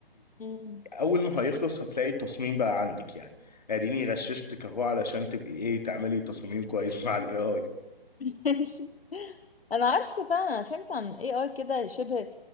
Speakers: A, on the left (about 75°); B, on the left (about 45°).
A: امم
B: اول ما هيخلص هتلاقي التصميم بقى عندك يعني اديني غششتك اهو علشان تبقي ايه تعملي تصميم كويس <laughs> مع الاي اي
A: <laughs> ماشي. انا عارفه فعلا انا فهمت عن ايه اي كده شبه